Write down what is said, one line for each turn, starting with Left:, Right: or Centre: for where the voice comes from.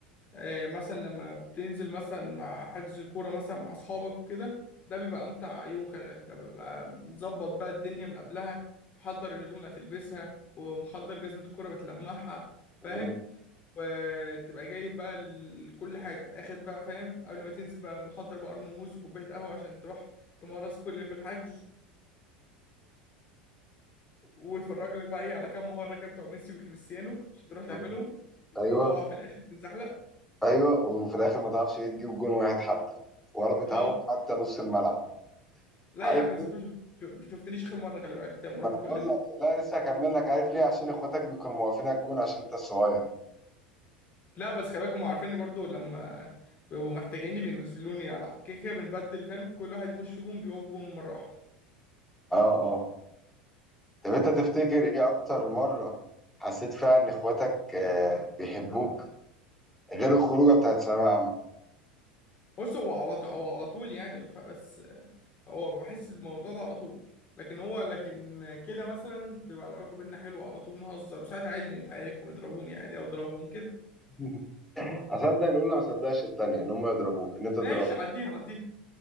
Left: آه، مثلا لما بتنزل مثلا مع حجز الكورة مثلا مع أصحابك وكده ده بيبقى أمتع يوم خلي بالك أنت بيبقى مظبط بقى الدنيا من قبلها محضر الهدوم اللي هتلبسها ومحضر جزمة الكورة بتلمعها
Centre: مم.
Left: فاهم وتبقى جايب بقى ال- كل حاجة اخد بقى فاهم قبل ما تنزل بقى محضر بقى قرن موز وكوباية قهوة عشان تروح تمارس كل اللي في الحجز وتفرج لك بقى ايه على كام مهاره كده بتوع ميسي وكريستيانو عشان تروح تعملهم
Centre: مم. ايوه
Left: وتقع في الاخر تتزحلق
Centre: ايوه وفي الاخر ما تعرفش ايه تجيب جون واحد حتى ولا بتعوق
Left: اه
Centre: حتى نص الملعب
Left: لا
Centre: عارف
Left: يا عم نسيت مش مش شفتنيش اخر مره خلي بالك لما
Centre: ما
Left: رحنا
Centre: انا بقول
Left: كلنا
Centre: لك لا لسه هكمل لك عارف ليه عشان اخواتك بيكونوا موقفين على الجون عشان انت الصغير
Left: لا بس خلي بالك هم عارفيني برضو لما بيبقوا محتاجيني بينزلوني العب كده كده بنبدل فاهم كل واحد يخش في جون بيقف جون مره واحده
Centre: اه اه طب انت تفتكر ايه اكتر مرة حسيت فيها ان اخواتك آه بيحبوك غير الخروجه بتاعت ثانويه عامه
Left: بص هو على طول هو على طول يعني فبس آه، هو بحس الموضوع ده على طول لكن هو لكن كده مثلا بيبقى العلاقه بينا حلوه على طول نهزر وساعات عادي نتعارك ونضربوني عادي او اضربهم كده
Centre: <laughs> اصدق الاولى ما اصدقش التانية ان هم يضربوه ان انت تضربه
Left: ماشي عديها عديها